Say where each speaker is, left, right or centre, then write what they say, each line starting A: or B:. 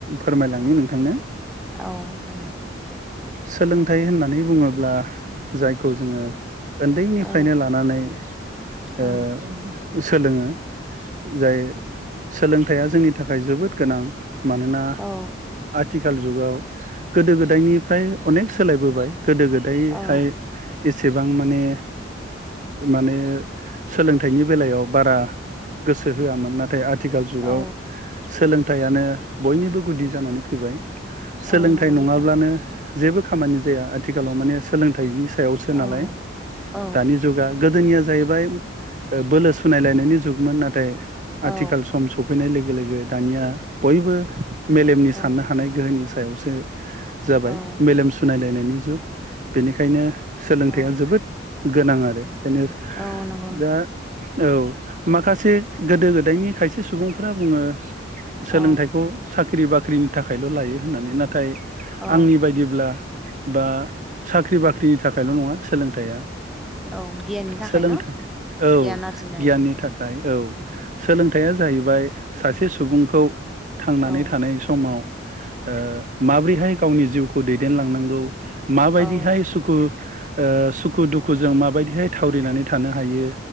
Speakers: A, on the right (about 40°); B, in the centre.
A: फोरमायलांनि नोंथांनो
B: औ जागोन दे।
A: सोलोंथाइ होननानै बुङोब्ला जायखौ जोङो ओन्दैनिफ्रायनो
B: औ
A: लानानै
B: औ
A: ओ सोलोङो। जाय सोलोंथाइया जोंनि थाखाय जोबोद गोनां मानोना आथिख
B: औ
A: आथिखाल जुगाव गोदो गोदायनि फ्राय अनेक सोलायबोबाय। गोदो गोदायहाय
B: औ
A: एसे एसेबां माने माने सोलोंथाइनि बेलायाव बारा गोसो होआमोन नाथाय आथ आथिखाल जुगाव
B: औ
A: सोलों थाइयानो बयनिबो गुदि जानानै फैबाय। सोलोंथाइ
B: औ नंगौ
A: नङाब्लानो
B: नोंथां
A: जेबो खामानि जाया आथिखालाव माने सोलोंथाइनिसो सायावसो नालाय
B: औ औ
A: दानि जुगा गोदोनियाज जाहैबाय ओ बोलो सुनायलायनायनि जुगमोन नाथ नाथाय आथिखाल
B: औ
A: सम सफैनाय लोगो लोगो लोगो दानिया बयबो मेलेमनि
B: औ
A: साननो हानाय गोहोनि सायावसो। जाबाय
B: औ
A: मेलेम सुनायलायनाय दानि जुग बेनिखायनो सोलोंथाइया
B: औ
A: जोबोद गोनां आरो बेखायनो
B: औ नोंगौ नोंथां।
A: दा औ माखासे गोदो गोदायनि खायसे सुबुंफोरा बुङो सोलोंथाइखौ
B: औ
A: सा ख्रि बाख्रिनि थाखायल' लायो होननानै नाथाय नाथाय
B: औ
A: आंनि बायदि ब्ला बा साख्रि बाख्रिनि थाखायल' नङा सोलोंथाइया।
B: औ गियाननि थाखाय
A: सोलोंथाइ
B: न
A: औ
B: गियान आरजिनो
A: गियाननि
B: हायो
A: थाखाय औ सोलोंथाइया जाहैबाय सासे सुबुंखौ थांनानै
B: औ
A: थानाय समाव ओह माब्रैहाय गावनि जिउखौ खौ दैदेनलांनांगौ माबायदिहाय
B: औ
A: सुखु ओ सुखु दुखुजों माबायदिहाय थावरिनानै थानो हायो।